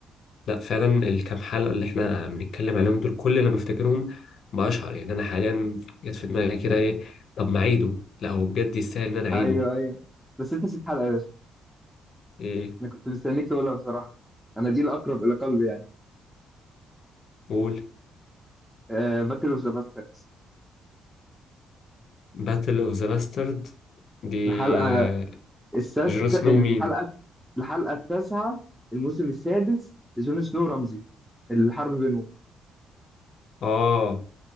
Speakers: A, on the left (about 65°); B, in the centre.
A: لا فعلا الكام حلقة اللي احنا بنتكلم عليهم دول كل لما افتكرهم بأشعر يعني انا حاليا جت في دماغي كده ايه طب ما اعيده لا هو بجد يستاهل ان انا اعيده
B: ايوه ايوه بس انت نسيت حلقه يا باشا
A: ايه
B: انا كنت مستنيك تقولها بصراحه انا دي الاقرب الى قلبي يعني
A: قول
B: آه باتل اوف ذا باستردز
A: باتل اوف ذا لاسترد دي
B: الحلقه
A: آه،
B: السادسه
A: جون سنو
B: الحلقه
A: مين
B: الحلقه التاسعه الموسم السادس جون سنو رمزي الحرب بينهم
A: اه